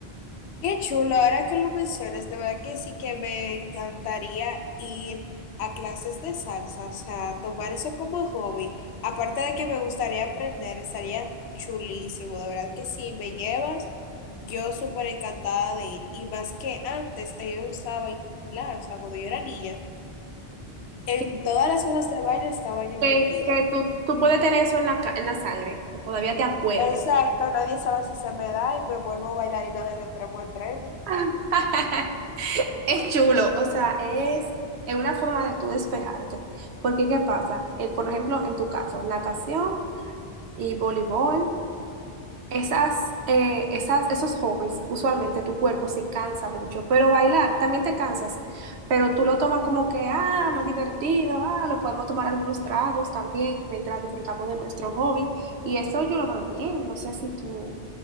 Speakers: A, on the left; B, on the right.
A: Qué chulo, ahora que lo mencionas, de verdad que sí que me encantaría ir a clases de salsa, o sea, tomar eso como hobby. Aparte de que me gustaría aprender, estaría chulísimo, de verdad que si me llevas, yo súper encantada de ir. Y más que antes, a mí me gustaba bailar, o sea, cuando yo era niña, en
B: Que,
A: todas las cosas de baile estaba yo
B: que-
A: metida.
B: que tú, tú puedes tener eso en la, ca- en la sangre, que todavía te acuerdas.
A: Exacto, nadie sabe si se me da y me vuelvo bailarina de tramo a tremo.
B: <laughs> Es chulo, o sea, es, es una forma de tú despejarte. Porque, ¿qué pasa? Eh, por ejemplo, en tu caso, natación y voleibol, esas, eh, esas, esos hobbies, usualmente tu cuerpo se cansa mucho, pero bailar también te cansas, pero tú lo tomas como que, ah, más divertido, ah, lo podemos tomar algunos tragos también mientras disfrutamos de nuestro hobby. Y eso yo lo veo bien, no sé si tú